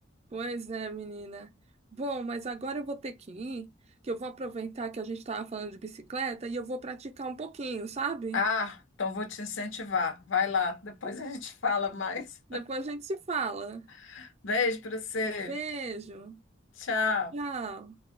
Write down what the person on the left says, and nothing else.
Ah, então vou te incentivar. Vai lá, depois a gente fala mais.
<laughs> Beijo pra você.
Tchau.